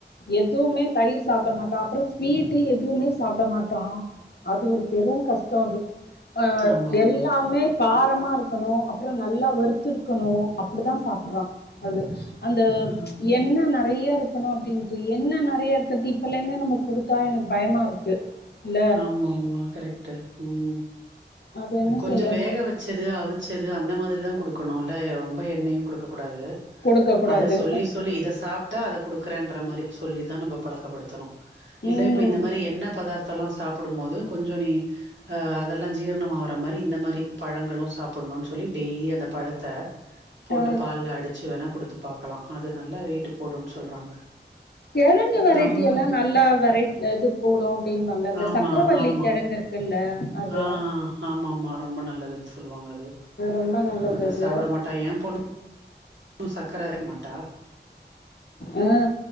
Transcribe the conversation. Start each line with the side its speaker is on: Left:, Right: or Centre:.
Left: எது எதுவுமே தயிர் சாப்ட மாட்டான் அப்புறோ ஸ்வீட்டு எதுவுமே சாப்ட மாட்டான் அது ஒரு பெருங்கஷ்டம் அது அ
Right: ஆமா ஆமா
Left: எல்லாமே காரமா இருக்கு இருக்கணும் அப்புறொ நல்லா வறுத்து இருக்கணும் அப்படிதா சாப்படுறான் அது அந்த
Right: ஆ
Left: எண்ணெ நெறைய இருக்கணும் அப்படின்ட்டு எண்ணெ நெறைய இருக்கறது இப்பல இருந்தே நம்ம கொடு த்தா எனக்கு பயமா இருக்கு இல்ல
Right: ஆமா ஆமா கரெக்ட் ம்
Left: அது என்ன
Right: கொஞ்சொ
Left: செய்யறது
Right: வேக வச்சது அவிச்சது அந்த மாதிரிதான் கொடுக் கணும் இல்ல ரொம்ப எண்ணெயும் கொடுக்க கூடாது
Left: கொடுக்க கூடாது
Right: அத சொல்லி சொல்லி இத சாப் டா அத குடுக்குறன்ற மாதிரி சொல்லி தான் நம்ம பழக்கப்படுத்தணும் இல்ல
Left: ம்
Right: இப்ப இந்த மாதிரி எண்ண பதார் த்தலா சாப்டும் போது கொஞ்சோ நீ அ அதெல்லாம் ஜீரணம் ஆகற மாதிரி இந்த மாதிரி பழங்களும் சாப்பு னு சொல்லி டெய்லி அந்த பழத்த போட்டு
Left: ஆ
Right: பால்ல அடிச்சு வேணா கொடுத்து பாக்கலா அது நல்லா வெயிட்டு போடுன்னு சொல்றாங்க
Left: கிழங்கு வெரைட்டி
Right: நம்ம
Left: எல்லா நல்லா வெரை இது போடும் அப்டி அப்டிம்பாங்க அந்த
Right: ஆமா
Left: சக்கரவள்ளி
Right: ஆமா
Left: கிழங்கு இருக்குல்ல அது
Right: ஆ ஆமாமா ரொம்ப நல்லதுன்னு சொல்லுவாங்க அது
Left: ரொம்ப நல்லது
Right: அத
Left: அது
Right: சாப்ட மாட்ட ஏன் பொண்ணு ம் சர்க்கரை அரை <unintelligible> மாட்டா
Left: ஆ